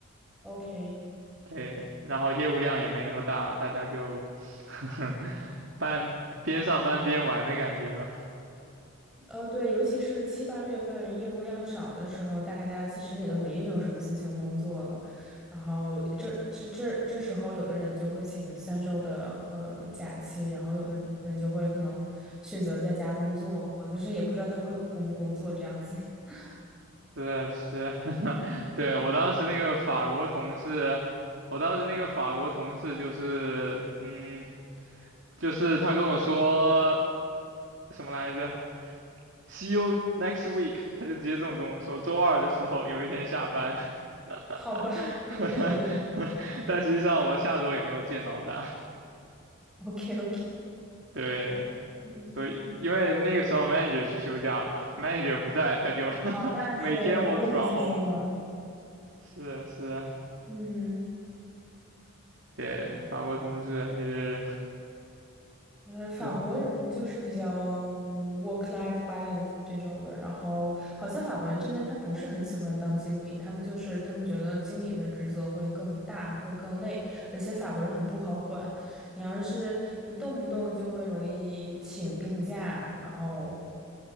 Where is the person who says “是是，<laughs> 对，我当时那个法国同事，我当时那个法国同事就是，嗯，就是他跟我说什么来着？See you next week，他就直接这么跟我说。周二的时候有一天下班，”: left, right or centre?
Right